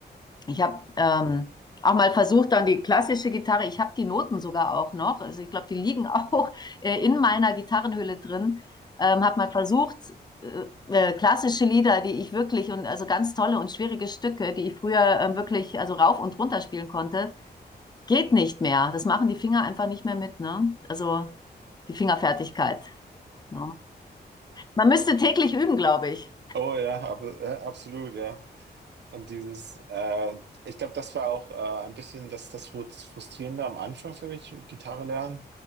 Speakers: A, on the left; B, on the right.
A: Ich habe ähm, auch mal versucht, dann die klassische Gitarre, ich habe die Noten sogar auch noch, also ich glaube, die liegen <laughs> auch äh, in meiner Gitarrenhülle drin, ähm, habe mal versucht, äh, äh, klassische Lieder, die ich wirklich und also ganz tolle und schwierige Stücke, die ich früher ähm, wirklich also rauf und runter spielen konnte, geht nicht mehr. Das machen die Finger einfach nicht mehr mit, ne? Also die Fingerfertigkeit. Ne? Man müsste täglich üben, glaube ich.
B: Oh ja, ab, äh, absolut, ja. Und dieses, äh, ich glaube, das war auch äh, ein bisschen das, das Frus- Frustrierende am Anfang für mich, Gitarre lernen.